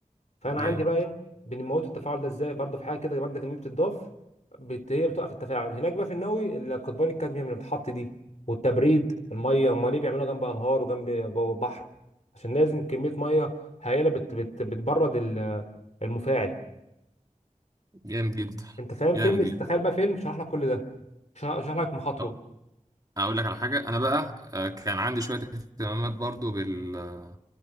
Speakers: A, on the left; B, on the right.
A: فانا
B: جامد
A: عندي بقى ايه بنموت التفاعل ده ازاي برضه في حاجه كده ماده كيميائيه بتضاف بت... هي بتوقف التفاعل هناك بقى في النووي القضبان الكادميوم اللي بتحط دي والتبريد الميه امال ليه بيعملوها جنب انهار وجنب بحر عشان لازم كميه ميه هائله بت... بت... بتبرد ال- المفاعل
B: جامد جدا
A: انت فاهم
B: جامد
A: فيلم
B: جدا
A: تخيل بقى فيلم شرح لك كل ده شرح شرح لك مخاطره
B: آه، هقول لك على حاجة أنا بقى آه، كان عندي شوية اهتمامات برضو بال...